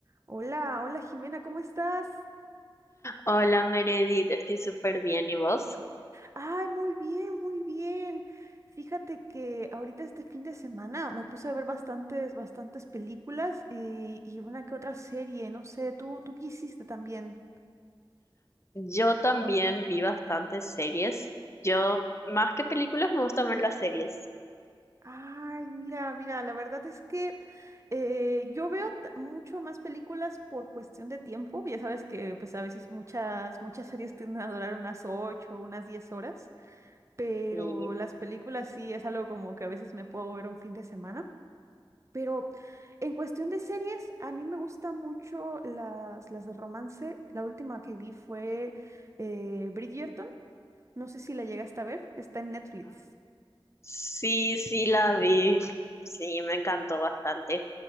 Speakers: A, on the right; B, on the left.
A: Hola, hola Jimena, ¿cómo estás?
B: Hola Meredith, estoy súper bien. ¿Y vos?
A: Ay, muy bien, muy bien. Fíjate que ahorita este fin de semana me puse a ver bastantes, bastantes películas y, y una que otra serie, no sé, ¿tú, tú qué hiciste también?
B: Yo también vi bastantes series. Yo, más que películas, me gustan ver las series.
A: Ay, mira, mira, la verdad es que eh, yo veo t- mucho más películas por cuestión de tiempo. Ya sabes que pues a veces muchas, muchas series tienden a durar unas ocho o unas diez horas, pero
B: Sí,
A: las películas sí es algo como que a veces me puedo ver un fin de semana. Pero en cuestión de series, a mí me gustan mucho las, las de romance. La última que vi fue eh, Bridgerton. No sé si la llegaste a ver. Está en Netflix.
B: sí, sí la vi. Sí, me encantó bastante.